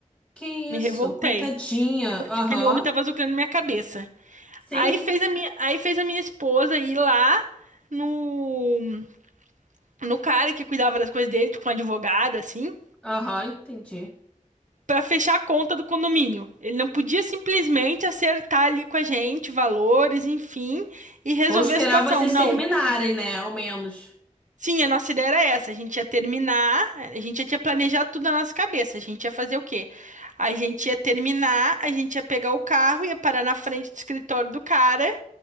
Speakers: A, in the centre; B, on the right.
A: Que isso,
B: Me revoltei,
A: coitadinha.
B: porque
A: Aham,
B: aquele homem tava zucrando minha cabeça.
A: sim,
B: Aí fez a minha, aí fez a minha esposa ir lá no, no cara que cuidava das coisas dele, tipo um advogado, assim,
A: aham, entendi.
B: pra fechar a conta do condomínio. Ele não podia simplesmente acertar ali com a gente valores, enfim, e resolver
A: Vou esperar
B: a situação.
A: vocês
B: Não.
A: terminarem, né? Ao menos.
B: Sim, a nossa ideia era essa. A gente ia terminar, a gente já tinha planejado tudo na nossa cabeça. A gente ia fazer o quê? A gente ia terminar, a gente ia pegar o carro, ia parar na frente do escritório do cara